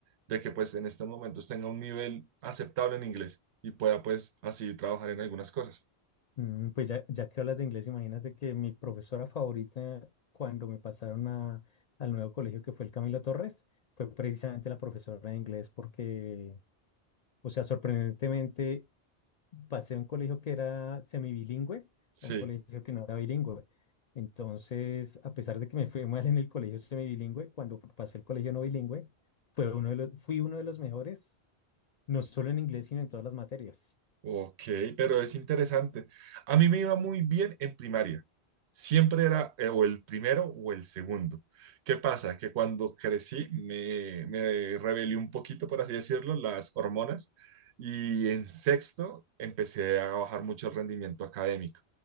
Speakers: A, on the right; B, on the left.
A: de que pues en estos momentos tenga un nivel aceptable en inglés y pueda pues así trabajar en algunas cosas.
B: Mm, Pues ya, ya que hablas de inglés, imagínate que mi profesora favorita cuando me pasaron a- al nuevo colegio que fue el Camilo Torres, fue precisamente la profesora de inglés porque, o sea, sorprendentemente pasé a un colegio que era semibilingüe,
A: Sí.
B: a un colegio que no era bilingüe. Entonces, a pesar de que me fue mal en el colegio semibilingüe, cuando pasé el colegio no bilingüe, fue uno de los, fui uno de los mejores, no solo en inglés, sino en todas las materias.
A: Ok, pero es interesante. A mí me iba muy bien en primaria. Siempre era eh, o el primero o el segundo. ¿Qué pasa? Que cuando crecí me, me rebelé un poquito, por así decirlo, las hormonas y en sexto empecé a bajar mucho el rendimiento académico.